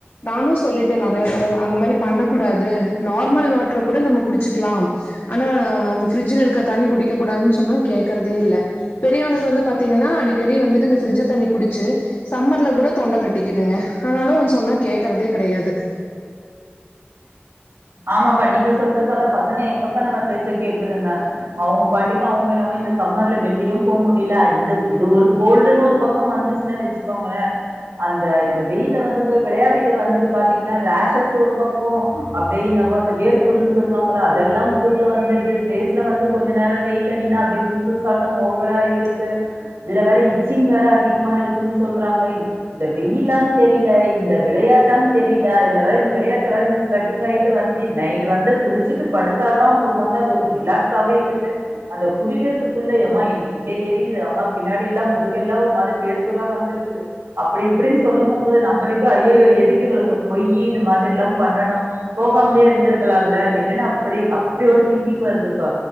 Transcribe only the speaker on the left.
நானு சொல்லிட்டே நிறைய தடவ அந்த மாதிரி பண்ண கூடாது நார் நார்மல் வாட்டர் கூட நம்ம குடிச்சுக்கலா ஆனா இந்த பிரிட்ஜுல இருக்க தண்ணி குடிக்க கூடாதுன்னு சொன்னா கேக்குறதே இல்ல பெரியவனுக்கு வந்து பாத்தீங்கன்னா அடிக்கடி வந்துட்டு இந்த பிரிட்ஜ தண்ணி குடிச்சு சம்மர்ல கூட தொண்ட கட்டிக்குதுங்க ஆனாலு சொன்னா கேக்குறதே கிடையாது